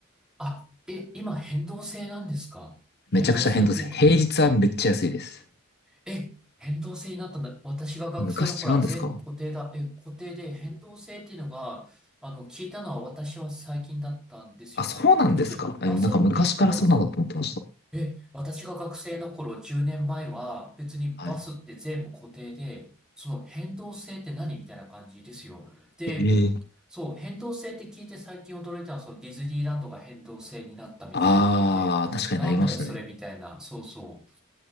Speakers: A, in the centre; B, on the left.
A: あ、え、今変動制なんですか変動制っていうか、
B: めちゃくちゃ変動です。平日はめっちゃ安いです。
A: え、変動制になったんだ。私が学生の頃は全部固定だ。
B: 昔違うんですか
A: え、固定で変動制っていうのが、あの、聞いたのは私は最近だったんですよね。
B: あ、そうなんですかえなんか昔からそうなんだと思ってました。
A: で普通、バスって言ったらつえ、私が学生の頃10年前は別にバスって全部固定で、
B: はい。
A: その変動制って何みたいな感じですよ。で、
B: ええ
A: そう、変動制って聞いて最近驚いたのは、そのディズニーランドが変動制になったみたいなのを聞いて、
B: ああ、確かになりましたね。
A: なんだよそれみたいな、そうそう。